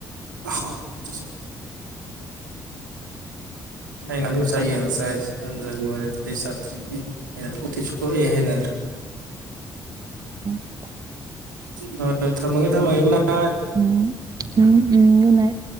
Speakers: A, on the right (about 85°); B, on the right (about 40°).
A: ꯍꯥꯎꯕꯅꯦ ꯗꯨꯁꯨ ꯑꯩ ꯉꯥꯅꯨ ꯆꯥꯏ ꯌꯦꯟ ꯆꯥꯏ ꯁꯟꯒ ꯂꯣꯏꯔꯦ ꯑꯇꯩ ꯆꯥꯗ꯭ꯔꯦ ꯎꯤ ꯆꯂꯦ ꯍꯥꯏꯅ ꯑꯗꯨꯔꯦ
B: ꯑꯣ
A: ꯍꯣꯏ ꯊꯝꯃꯒꯦ ꯊꯝꯃꯒꯦ ꯒꯨꯠ‌ ꯅꯥꯏꯠ
B: ꯎꯝ ꯎꯝ ꯎꯝ ꯒ‌ꯨꯠ‌ ꯅꯥꯏꯠ